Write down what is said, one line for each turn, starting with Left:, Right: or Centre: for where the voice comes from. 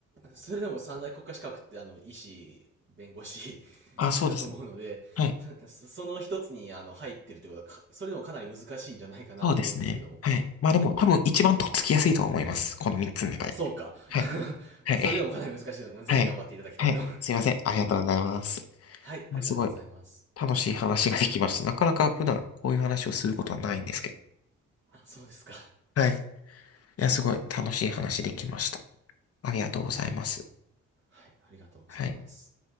Right: それでも三大国家資格って、あの、医師、弁護士
Left: あ、そうですね。
Right: <laughs> だと思うので、
Left: はい。
Right: <laughs> そその一つに、あの、入ってるってことはか、それでもかなり難しいんじゃないかなと思うんですけども。
Left: そうですね。はい。まあでも、多分一番とっつきやすいとは思います。この三つの中で。
Right: あそうか。
Left: はい。
Right: <laughs>
Left: はい。
Right: まあそれでもかなり難しいので、<laughs> ぜひ頑張っていただきたいと。
Left: はい。はい。
Right: <laughs>
Left: すいません。ありがとうございます。
Right: はい、
Left: まあ、
Right: ありがとうございます。
Left: すごい。楽しい話ができました。
Right: はい。
Left: なかなか普段こういう話をすることはないんですけ
Right: あ、そうですか。
Left: ど。はい。いや、すごい楽しい話できました。ありがとうございます。
Right: はい、ありがとうございます。
Left: はい。